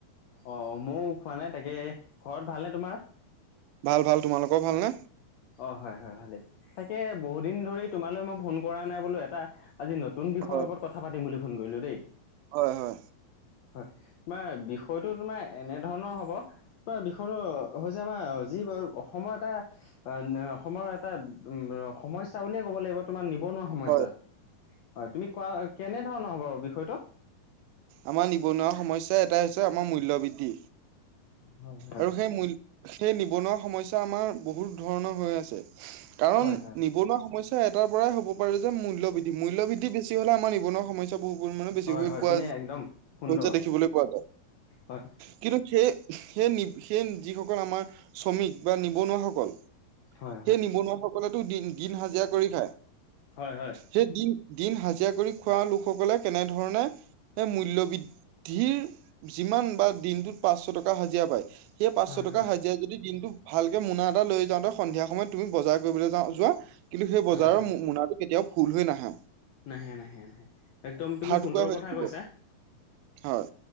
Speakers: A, on the left; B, on the right.
A: অ অ ময়ো খোৱা নাই তাকে ঘৰত ভালনে তোমাৰ?
B: ভাল ভাল তোমালোকৰ ভাল নে?
A: অ হয় হয়, ভালেই তাকে বহু দিন ধৰি তোমালৈ মই ফোন কৰা নাই বোলো এটা আজি নত- তুন বিষয়
B: হয়
A: ওপৰত কথা পাতিম বুলি ফোন কৰিলোঁ দেই।
B: হয় হয়।
A: হয়, তোমাৰ বিষয়টো তোমাৰ এনেধৰণৰ হ'ব- বিষয়টো হৈছে আমাৰ যি অসমৰ এটা- অ না অসমৰ এটা সমস্যা বুলিয়ে ক'ব লাগিব তোমাৰ নিবনুৱা- সমস্যা
B: হয়
A: হয়, তুমি কোৱা কেনেধৰণৰ হ'ব বিষয়টো?
B: আমাৰ নিবনুৱা সমস্যা এটাই হৈছে আমাৰ মূল্য বৃদ্ধি
A: হয় হয়।
B: আৰু সেই মূল- সেই নিবনুৱা সমস্যা আমাৰ বহুত ধৰণৰ হৈ আছে কাৰণ,
A: হয় হয়
B: নিব- নিবনুৱা সমস্যা এটাৰ পৰাই হ'ব পাৰে যে মূল্য বৃদ্ধি। মূল্য বৃদ্ধি বেছি হ'লে আমাৰ নিবনুৱ সমস্যা- বহু পৰিমাণে বেছি
A: হয়
B: হৈ
A: হয়
B: পোৱা
A: তুমি একদম সুন্দৰ
B: হৈছে দেখিবলৈ পোৱা যায়
A: হয়
B: কিন্তু সেই- সেই সেই যিসকল আমাৰ শ্ৰমিক বা নিবনুৱাসকল-
A: হয়
B: সেই
A: হয়।
B: নিবনুৱাসকলেতো দিন হাজিৰা কৰি খায়।
A: হয় হয়
B: সেই দিন দিন হাজিৰা কৰি খোৱা লোকসকলে কেনেধৰণে- এ মূল্য বৃদ্ধিৰ যিমান বা দিনটোত পাঁচশ টকা হাজিৰা পায়। সেই পাঁচশ
A: হয়
B: টকা
A: হয়
B: হাজিৰা যদি দিনটো- ভালকে মোনা এটা লৈ যাওঁতে সন্ধিয়া সময়ত তুমি বজাৰ কৰিবলৈ যোৱা কিন্তু, সেই
A: হয়
B: বজাৰৰ
A: হয়
B: মোনাটো- কেতিয়াও ফুল হৈ নাহা।
A: নাহে নাহে নাহে একদম তুমি
B: টুকুৰা
A: সুন্দৰ
B: হৈ
A: কথা
B: থাকিব
A: কৈছা।
B: হয়,